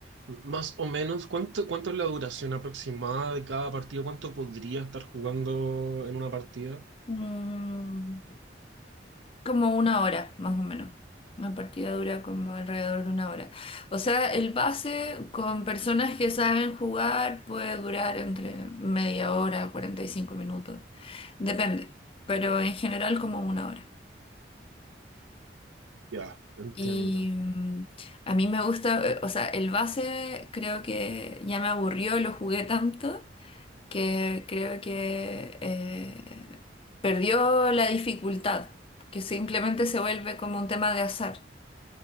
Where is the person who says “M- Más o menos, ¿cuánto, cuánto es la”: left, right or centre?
Right